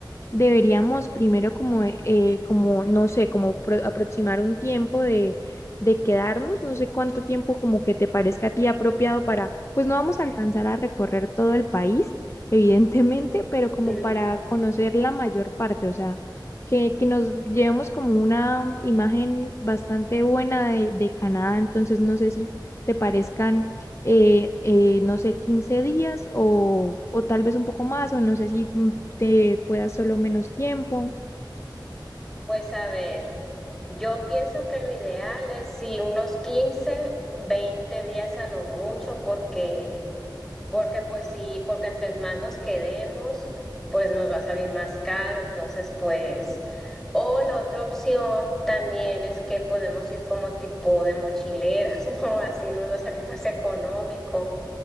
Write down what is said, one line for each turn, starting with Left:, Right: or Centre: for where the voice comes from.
Left: deberíamos primero como, eh, eh, como no sé, como pro- aproximar un tiempo de, de quedarnos, no sé cuánto tiempo como que te parezca a ti apropiado para, pues no vamos a alcanzar a recorrer todo el país, evidentemente, pero como
Centre: Ujú.
Left: para conocer la mayor parte, o sea, que, que nos llevemos como una imagen bastante buena de, de Canadá, entonces no sé si te parezcan, eh, eh, no sé, 15 días o, o tal vez un poco más, o no sé si te pueda solo menos tiempo.
Centre: Pues a ver, yo pienso que lo ideal es si unos 15, 20 días a lo mucho, porque, porque pues sí, porque entre más nos quedemos, pues nos va a salir más caro, entonces pues, o la otra opción también es que podemos ir como tipo de mochileras, <laughs> ¿no? Así nos va a salir más económico